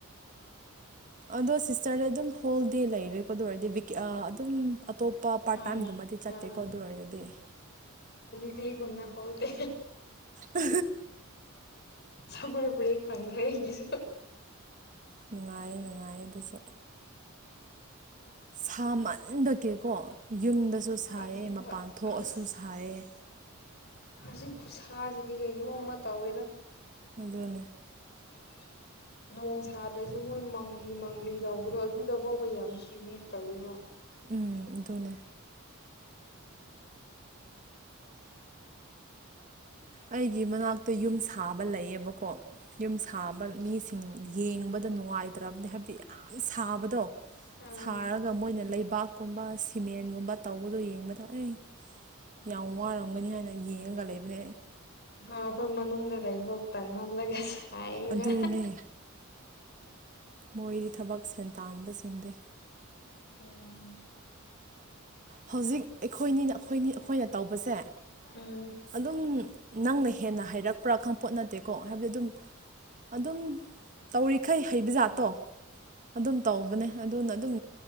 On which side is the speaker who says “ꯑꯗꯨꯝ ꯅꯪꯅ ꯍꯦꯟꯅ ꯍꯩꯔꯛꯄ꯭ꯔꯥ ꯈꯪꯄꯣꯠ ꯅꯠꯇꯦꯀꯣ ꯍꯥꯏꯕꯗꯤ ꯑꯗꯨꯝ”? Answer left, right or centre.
Right